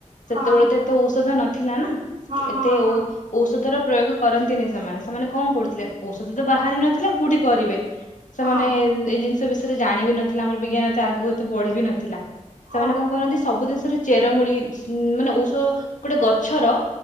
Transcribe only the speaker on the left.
ସେତେବେଳେ
ତ ଏତେ ଔଷଧ ନଥିଲା ନା
ଏତେ
ଔ ଔଷଧ ର ପ୍ରୟୋଗ କରନ୍ତିନି ସେମାନେ ସେମାନେ କଣ କରୁଥିଲେ ଔଷଧ ତ ବାହାରି ନଥିଲା କୋଉଠି କରିବେ ସେମାନେ
ଏଇ ଜିନିଷ ବିଷୟରେ ଜାଣିବି ନଥିଲେ ଆମର ବିଜ୍ଞାନ ଏତେ ଆଗକୁ ଏତେ ବଢିବି ନଥିଲା।
ସେମାନେ କଣ କରନ୍ତି ସବୁ ଜିନିଷ ର ଚେରମୂଳି ମାନେ ଔଷ ଗୋଟେ ଗଛର